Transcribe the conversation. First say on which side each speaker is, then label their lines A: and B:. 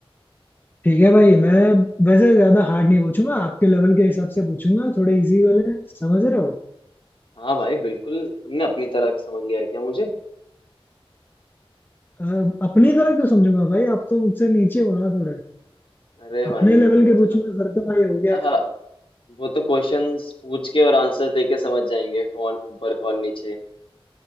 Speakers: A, on the left (about 20°); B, on the left (about 60°).
A: ठीक है भाई मैं वैसे ज्यादा हार्ड नहीं पूछूंगा आपके लेवल के हिसाब से पूछूंगा थोड़े इजी वाले समझ रहे हो
B: हाँ भाई बिल्कुल तुमने अपनी तरह समझ लिया है क्या मुझे
A: अ, अपनी तरह क्यों समझूंगा भाई आप तो मुझसे नीचे हो ना थोड़े
B: अरे
A: अपने
B: भाई
A: लेवल के पूछूंगा
B: चलो
A: फिर तो भाई हो गया
B: आहा,
A: काम
B: वो तो क्वेश्चंस पूछ के और आंसर दे के समझ जाएंगे कौन ऊपर कौन नीचे